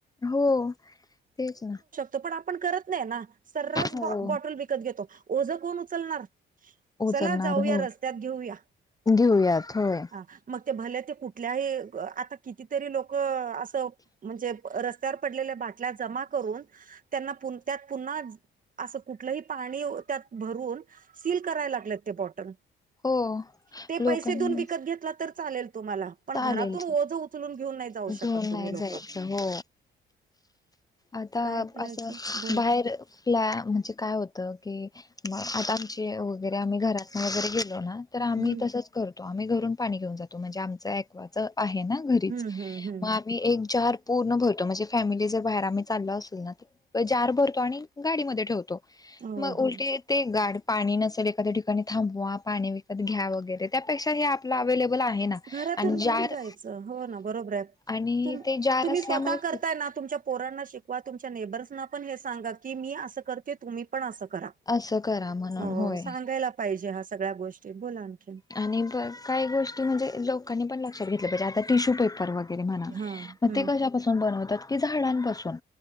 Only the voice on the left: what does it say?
हो तेच.
हो
उचलणार
हो
घेऊयात होय.
हो
लोकांनाच
चालेल
घेऊन
नाही
जायचं हो. आता
असं
बाहेर ला म्हणजे काय होतं की. मग आता आमचे वगैरे आम्ही घरातन वगैरे गेलो ना. तर आम्ही
तसंच करतो आम्ही घरून पाणी घेऊन जातो म्हणजे आमचं ऐक्वाचं आहे ना. घरीच
मग आम्ही एक जार पूर्ण भरतो म्हणजे फॅमिली जर बाहेर आम्ही चालो असेल ना तर. जार भरतो आणि गाडीमध्ये ठेवतो
मग
उलटी. ते गाड पाणी नसेल एखाद्या ठिकाणी थांबवा पाणी विकत घ्या वगैरे त्यापेक्षा हे आपलं अवे्हेलेबल आहे ना.
आणि
जार
आणि
ते जार
असल्यामुळे
खूप
असं करा म्हणून
होय
आणि ब काही गोष्टी म्हणजे लोकांनी पण लक्षात घेतल्या पाहिजे आता टिश्यू पेपर व गैरे मग
ते कशापासून बनवतात की झाड पासून